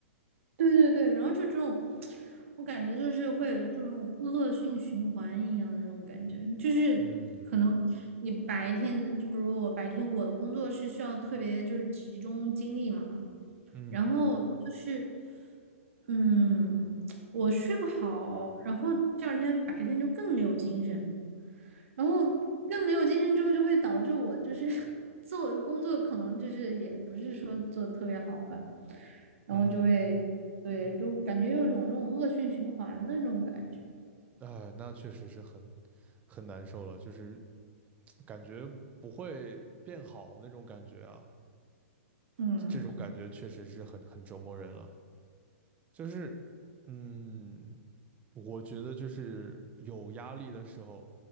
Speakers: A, on the right; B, on the right.
A: 对对对，然后就这种，我感觉就是会有这种恶性循环一样的那种感觉，就是可能
B: 嗯
A: 你白天，就比如我白天我的工作是需要特别就是集中精力嘛，
B: 嗯
A: 然后就是嗯，我睡不好，然后第二天白天就更没有精神。然后更没有精神之后，就会导致我就是 <laughs> 做工作可能就是也不是说做的特别好吧，然后就会对，
B: 嗯。
A: 就感觉有种那种恶性循环的那种感觉。
B: 哎，那确实是很很难受了，就是感觉不会变好那种感觉啊，
A: 嗯，
B: 这种感觉确实是很很折磨人了。就是，嗯，我觉得就是有压力的时候，